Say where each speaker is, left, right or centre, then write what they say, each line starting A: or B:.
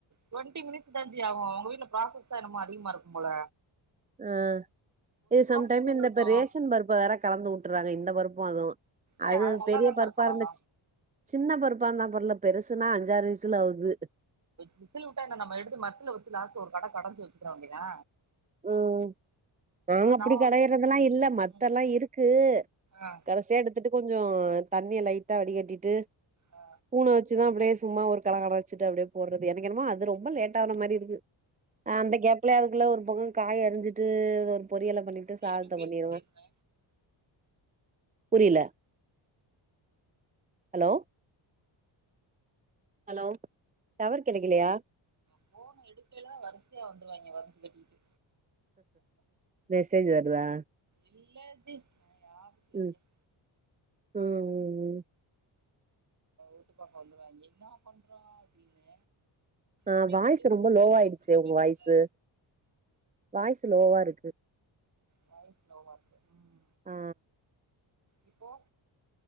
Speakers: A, on the right; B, on the right.
A: டுவெண்டி மினிட்ஸ் தா ஜிஆகு உங்க வீட்ல ப்ராசஸ் தா என்னமோ அதிகமா இருக்கும்போல
B: அ இது சம்டைம்
A: குக்கர்
B: இந்த
A: இருக்கும்
B: இப்ப ரேஷன் பருப்ப வேற கலந்து வுட்டுற்றாங்க இந்த பருப்பும் அதுவு
A: ஏ
B: அது அது
A: நல்லாதாங்க
B: பெரிய பருப்பா
A: இருக்கும்
B: இருந்துச் சின்ன பருப்பா இருந்தா பரவால்ல பெருசுன்னா அஞ்சாறு விசுல் ஆவ்து
A: விசில் வுட்டா என்ன நம்ம எடுத்து மத்துல வச்சு லாஸ்ட் ஒரு கட கடஞ்சி வச்சுக்கிற வேண்டி தா
B: உம் இப்பவு அப்டி
A: நா
B: கடயறதெல்லா இல்ல மத்தெல்லா
A: ம்
B: இருக்கு
A: ஆ
B: கடைசியா எடுத் துட்டு கொஞ்சோ தண்ணிய லைட்டா வடி கட்டிட்டு
A: ஆ
B: பூன வச்சிதும் அப்டியே சும்மா ஒரு கலகலச்சிட்டு அப்டியே போட்றது எனக்கு என்னமோ அது ரொம்ப லேட் ஆன மாறிஇருக்கு ஆ அந்த கேப்ல அதுக்குள்ள ஒரு பக்கோ காய அறிஞ்சிட்டு ஒரு பொரியல பண்ணி ட்டு
A: ஜி
B: சாதத்த
A: அப்டியே பேசிட்டே
B: பண்ணிருவ
A: இருங்க
B: புரியல ஹலோ ஹலோ டவர் கெடைக்கலயா
A: ஃபோன எடுக்கைல வரிசையா வந்துருவாய்ங்க வரிஞ்சு கட்டிட்டு
B: மெசேஜ் வருதா
A: இல்ல ஜி நா ஆபீஸ்ல இருக்கேன்
B: ம் ம் ம் ம்
A: தொட்டு பாக்க வந்துருவாய்ங்க என்னா பண்றோ அப்டின்னு
B: அ
A: ஸ்பீக்கர்லயும்
B: வாய்ஸ் ரொம்ப
A: போட முடியாது
B: லோவாயிடுச்சு
A: அப்ப நம்ம
B: உங்க
A: பேசுறத
B: வாய்ஸ்சு வாய்ஸ் லோவா இருக்கு
A: வாய்ஸ் லோவா இருக்கு ம்
B: ஆ
A: இப்போ